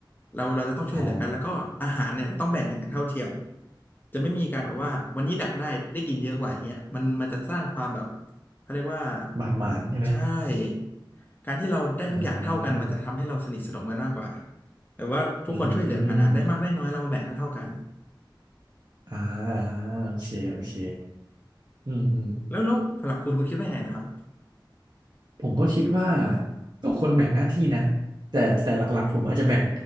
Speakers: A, on the left; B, on the right.
A: เราเราจะต้องช่วยเหลือกันแล้วก็อาหารเนี่ยเราต้องแบ่งกันอย่างเท่าเทียม
B: อ๋อ
A: จะไม่มีการแบบว่าวันนี้ดักได้ได้กินเยอะกว่าอย่างเงี้ยมันมันจะสร้างความแบบเขาเรียกว่า
B: บาดหมางใช่ไหม
A: ใช่การที่เราได้ทุกอย่างเท่ากันมันจะทำให้เราสนิทสนมกันมากกว่า
B: เออ
A: แต่ว่าทุกคนช่วยเหลือกันนะได้มากได้น้อยเรามาแบ่งเท่าเท่ากัน
B: อืมอ่าอ่าโอเคโอเคอืมอืม
A: แล้วแล้วสำหรับคุณคุณคิดว่ายังไงเหรอครับ
B: ผมก็คิดว่าก็คนแบ่งหน้าที่นะแต่แต่หลักๆผมอาจจะแบ่ง